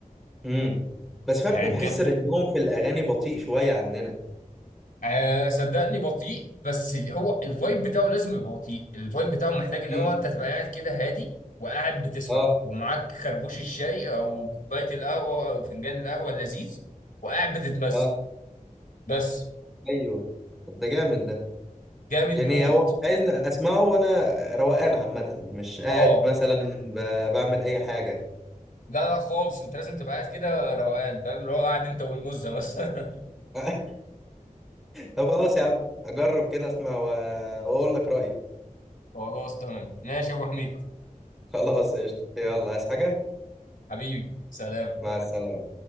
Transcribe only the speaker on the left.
يعني
بجد
آه صدقني بطيء بس ال- هو الفايب بتاعه لازم يبقى بطيء الفايب بتاعه محتاج اللي
هو انت تبقى قاعد كده هادي وقاعد بتسمع
ومعاك خربوش الشاي او كوبايه القهوه او فنجان القهوه اللذيذ وقاعد بتتمزج
بس
جامد
موت
اه
لا لا خالص انت لازم تبقى قاعد كده روقان فاهم اللي هو قاعد انت والمزه مثلا
<laughs> خلاص تمام ماشي يا ابو حميد
حبيبي سلام